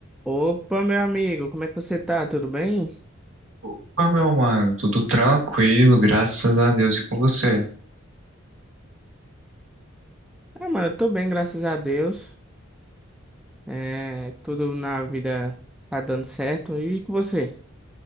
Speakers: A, in the centre; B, on the right.
A: Opa, meu amigo, como é que você tá? Tudo bem?
B: tipo, Ah, meu mano, tudo tranquilo, graças a Deus e com você.
A: Ah, mano, eu tô bem, graças a Deus. É, tudo na vida tá dando certo. E com você?